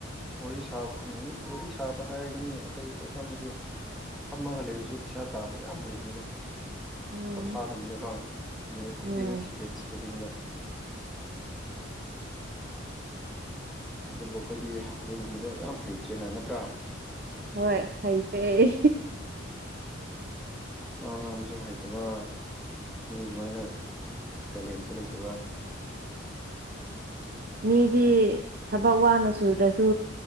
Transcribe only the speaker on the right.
ꯎꯝ
ꯎꯝ
ꯍꯣꯏ ꯍꯩꯇ꯭ꯔꯦ
ꯃꯤꯗꯤ ꯊꯕꯛ ꯋꯥꯅ ꯁꯨꯗ꯭ꯔꯁꯨ